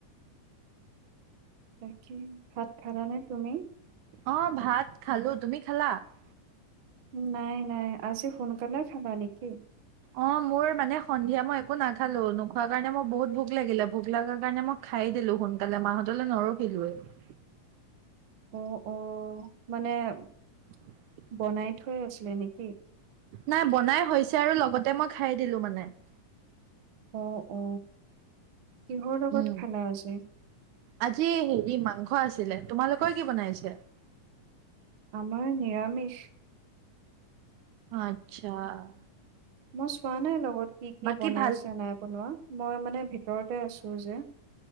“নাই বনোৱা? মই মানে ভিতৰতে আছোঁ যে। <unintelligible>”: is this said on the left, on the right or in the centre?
Right